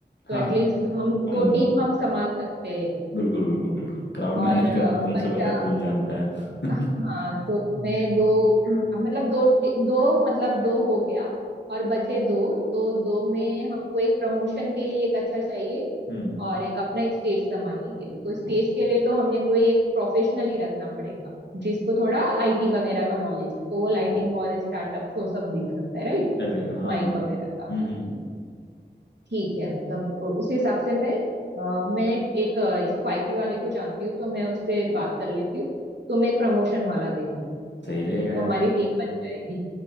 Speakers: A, on the left (about 80°); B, on the right (about 80°).
A: हाँ
B: तो एटलीस्ट हम
A: तुम
B: दो टीम हम संभाल सकते हैं
A: बिल्कुल बिल्कुल बिल्कुल क्राउड
B: और
A: मैनेज
B: अ,
A: करना तुमसे
B: बच्चा
A: बेहतर कौन जानता है <laughs>
B: हाँ तो
A: हम्म
B: मैं दो अम, मतलब दो टी- दो मतलब दो हो गया और बचे दो तो दो में हमको एक प्रमोशन के लिए एक अच्छा चाहिए
A: हम्म,
B: और एक अपना स्टेज संभालने के लिए तो स्टेज
A: ओके
B: के लिए तो हमें कोई एक प्रोफेशनल ही रखना पड़ेगा जिसको थोड़ा आईटी वगैरह का नॉलेज तो वो लाइटिंग
A: ओके
B: और स्टार्टअप तो सब देख सकता है राइट
A: चलेगा हाँ
B: माइक
A: हाँ
B: वगैरह का
A: हम्म हम्म हम्म, हम्म।
B: ठीक है मतलब अ, उस हिसाब से मैं अ, मैं एक अ, इसको आईटी वाले को जानती हूँ तो मैं उससे बात कर लेती हूँ तुम एक प्रमोशन वाला देख लो
A: सही रहेगा
B: तो
A: यार
B: हमारी टीम बन जाएगी